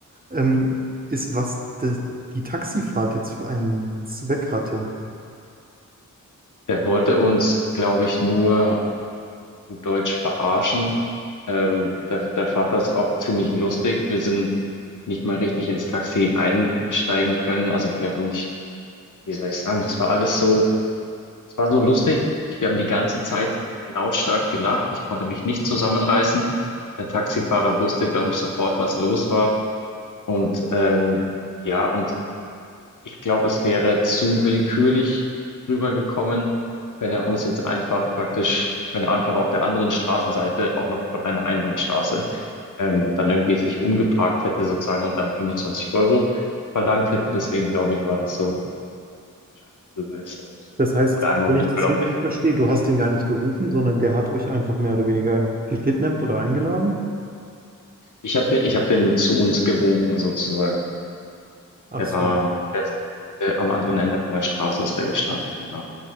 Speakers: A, on the right (about 25°); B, on the left (about 65°).
A: ähm, ist, was de, die Taxifahrt jetzt für einen Zweck hatte.
B: Der wollte uns, glaube ich, nur gut Deutsch verarschen. Ähm, der, der fand das auch ziemlich lustig. Wir sind nicht mal richtig ins Taxi einsteigen können. Also wir haben nicht, wie soll ich sagen, das war alles so, es war so lustig. Wir haben die ganze Zeit lautstark gelacht. Ich konnte mich nicht zusammenreißen. Der Taxifahrer wusste, glaube ich, sofort, was los war. Und ähm, ja, und ich glaube, es wäre zu willkürlich rübergekommen, wenn er uns jetzt einfach praktisch, wenn er einfach auf der anderen Straßenseite, auch noch von einer Einbahnstraße, ähm, dann irgendwie sich umgeparkt hätte sozusagen und dann 25 Euro verlangt hätte. Deswegen glaube ich, war das so, dass er einfach rüber ist und
A: Das heißt,
B: oder einmal
A: wenn
B: um
A: ich
B: den
A: das
B: Block
A: richtig
B: ist.
A: verstehe, du hast den gar nicht gerufen, sondern der hat euch einfach mehr oder weniger gekidnappt oder eingeladen?
B: Ich habe den, ich habe den zu uns gewunken sozusagen.
A: Ach
B: Der
A: so,
B: war, der ist, der, am anderen Ende von der Straße ist der gestanden, genau.